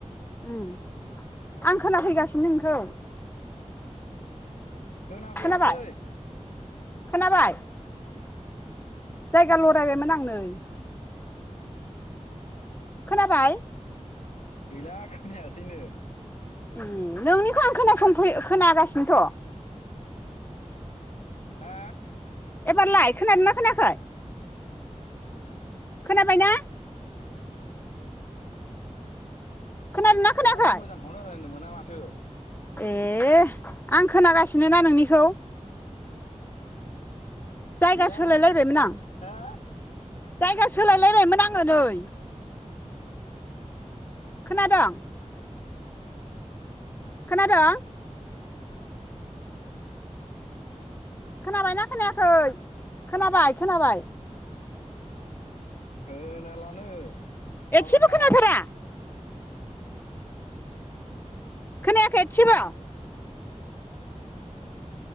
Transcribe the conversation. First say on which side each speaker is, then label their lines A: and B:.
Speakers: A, on the left (about 15°); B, on the left (about 80°).
A: ओम आं खोनफैगासिनो नोंखौ
B: खोनाफैयासै
A: खोनाबाय खोनाबाय? जायगा लरायबायमोन आं नै खोनाबाय?
B: गैला खोनायासैनो
A: ओ नोंनिखौ आं खोनासंफै खोनागासिनोथ'
B: हा
A: एबार लाय खोनादोना ना खोनायाखै? खोनाबायना? खोनादोंना खोनायाखै
B: दाबो मोजांखौनो रायलायनो मोना माथो।
A: ए आं खोनागासिनो ना नोंनिखौ। जायगा
B: गैला
A: सोलायलायबायमोन
B: खो
A: आं
B: हो?
A: जायगा सोलायलायबायमोन आङो नै। खोनादों? खोनादों? खोनाबायना खोनायाखै? खोनाबाय खोनाबाय।
B: खोनालानो। थावरानो
A: एसेबो
B: नाङा
A: खोनाथारा। खोनायाखै एसेबो।